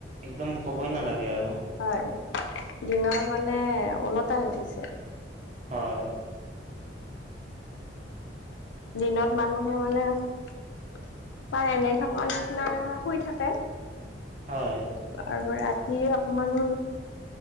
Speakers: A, on the right; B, on the left.
A: একদম ক'বই নালাগে আৰু।
B: হয় দিনৰ মানে ওলোটা হৈ গৈছে।
A: হয়।
B: দিনত মানুহে মানে প্ৰায় এনে থকাৰ নিচিনাই হয় শুই থাকে।
A: হয়।
B: আৰু ৰাতিয়ে অকমান